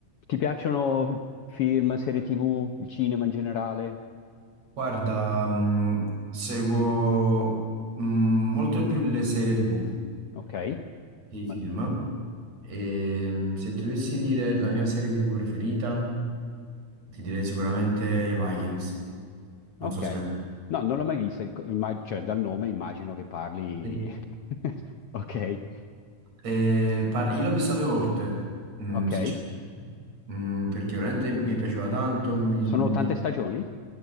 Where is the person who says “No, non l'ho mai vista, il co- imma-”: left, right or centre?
Left